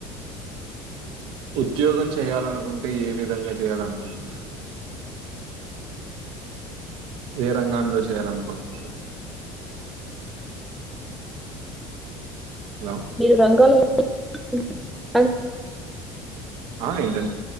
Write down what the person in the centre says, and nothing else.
మీరు రంగాల. ఎ అను